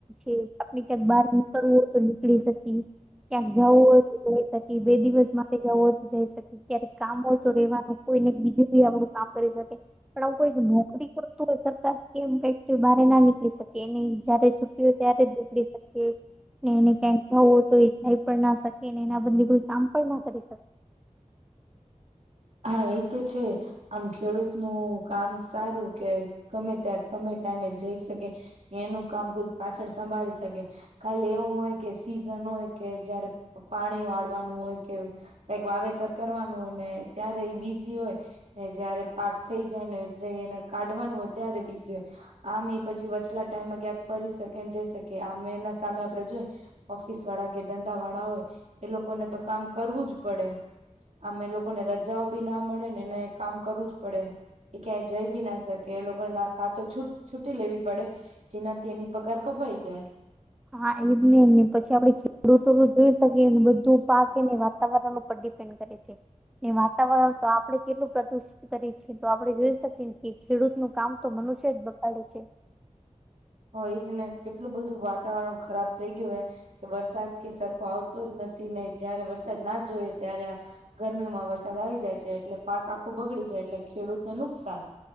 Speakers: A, in the centre; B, on the right.
A: જે આપણે ત્યાંક બહાર નીકળવું હો તો નીકળી શકીએ. ક્યાંક જવું હોયતું જઈ સકી બે દિવસ માટે જવું હોતું જઈ શકી ક્યારેક કામ હો તો રેવાનું કોઈને બીજું કો આપડું કામ કરી શકે. પણ આવું કોઈ નોકરી કરતું હોય સરકાર એમ કઇ તે બારે ના નીકળી શકે. એની જયારે છુટ્ટી હોય ત્યારે જ નીકળી શકે એને ક્યાંક થવો તોય અઈ પણ ના શકે ને એના બદલે કોઈ કામ પણ ના કરી શકે.
B: હા એ તો છે આમ ખેડૂત નું કામ સારું કે ગમે ત્યાં ગમે ટાઈમે જઈ શકે એનું કામ કોઈક પાછળ સંભાળી શકે. ખાલી એવું હોય કે સિઝન હોય કે જયારે પાણી વાળવાનું હોય કે કઈક વાવેતર કરવાનું હોય ને ત્યારે એ બીઝી હોય, ને જયારે પાક થઈ જાય ને જઈ એને કાઢવાનું હોય ત્યારે બીજી હોય. આમએ પછી વચલા ટાઈમેમાં ક્યાંક ફરી શકે ને જઈ શકે. કે આમે એના સામે આપડે જોઈ ઓફિસ વાળા કે ધંધા વાળા હોય, એ લોકોને તો કામ કરવું જ પડે આમ એ લોકોને રજ રાજાઓ બી ના મળે ને ને કામ કરવું જ પડે એ ક્યાંય જઈ બી ના શકે. કે એ લોકોને ના કા તો છૂ છુટ્ટી લેવી પડે જેનાથી એની પગાર કપાઈ જાય.
A: હા એ નને પછી આપડે ખેડૂતો જોઈ શકીએ બધું પાકેને વાતાવરણ ઉપર ડીપેન્ડ કરે છે ને વાતાવરણ તો આપડણે કેટલું પ્રદુષિત કરી છે. તો આપડણે જોઈ શકીએ કે ખેડૂતનું કામ તો મનુષ્ય જ બગાડે છે.
B: હ એ જ ને કેટલું બધું વાતાવરણ ખરાબ થઈ ગયું હૈ. કે વરસાદ કે સરખો આવતો જ નથી ને જયારે વરસાદ ના જોઈએ ત્યારે આ ગરમીમાં વરસાદ આવી જાય છે એટલે પાક આખો બગડી જાય એટલે ખેડૂતને નુકસાન.